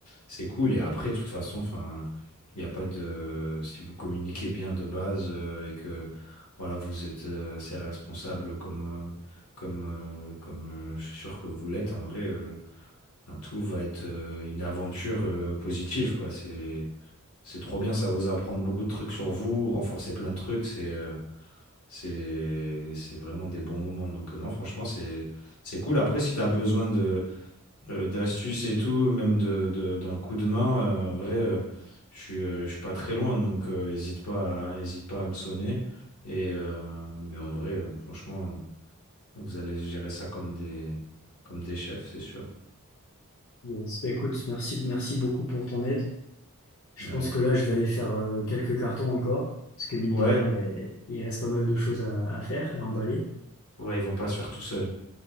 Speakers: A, on the left; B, on the left.
A: c'est cool. Et après, de toute façon, enfin, il n'y a pas de, si vous communiquez bien de base, euh, et que voilà, vous êtes euh, assez responsable comme, euh, comme, euh, comme euh, je suis sûr que vous l'êtes. En vrai, euh, enfin, tout va être euh, une aventure euh, positive, quoi. C'est, c'est trop bien, ça va vous apprendre beaucoup de trucs sur vous, renforcer plein de trucs. C'est, euh, c'est, c'est vraiment des bons moments. Donc, euh, non, franchement, c'est, c'est cool. Après, si tu as besoin de euh, d'astuces et tout, même de, de- d'un coup de main, euh, en vrai, euh, je suis, euh, je suis pas très loin, donc euh, hésite pas à, hésite pas à me sonner. Et, euh, mais en vrai, euh, franchement, vous allez gérer ça comme des, comme des chefs, c'est sûr.
B: Yes. Bah, écoute, merci, merci beaucoup pour ton aide. Je
A: Euh,
B: pense que là, je vais aller faire euh, quelques cartons encore. Parce que mine
A: ouais,
B: de rien, ben, il reste pas mal de choses à, à faire, à emballer.
A: ouais, ils vont pas se faire tout seuls.